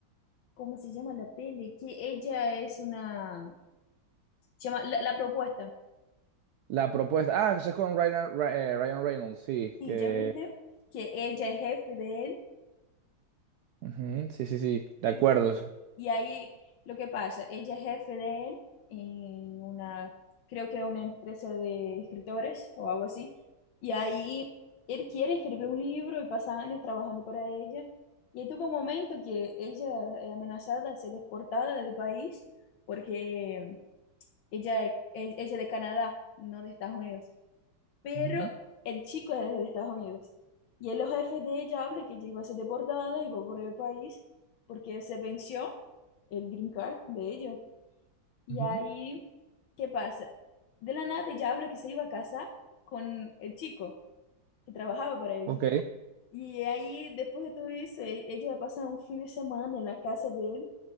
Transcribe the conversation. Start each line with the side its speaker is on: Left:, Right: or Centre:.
Left: cómo se llama la peli, que ella es una, se llama La, La Propuesta.
Right: La propuesta, ah, eso es con Ryan, Ra- eh, Ryan Reynolds, sí,
Left: Y
Right: que...
Left: ya viste que ella es jefe de él.
Right: Ujú, Sí, sí, sí, de
Left: Sí.
Right: acuerdo.
Left: Y ahí lo que pasa, ella es jefe de él en una, creo que una empresa de escritores o algo así. Y ahí él quiere escribir un libro y pasa años trabajando para ella. Y ahí tuvo un momento que ella es amenazada de ser exportada del país porque ella, es- ella es de Canadá, no de Estados Unidos. Pero
Right: Ujú,
Left: el chico es de Estados Unidos. Y en los jefes de ella habla que ella iba a ser deportada, iba a por el país, porque se venció el green card de ella. Y
Right: ujú.
Left: ahí, ¿qué pasa? De la nada ella habla que se iba a casar con el chico que trabajaba para ella.
Right: Ok.
Left: Y ahí, después de todo eso, e- ella va a pasar un fin de semana en la casa de él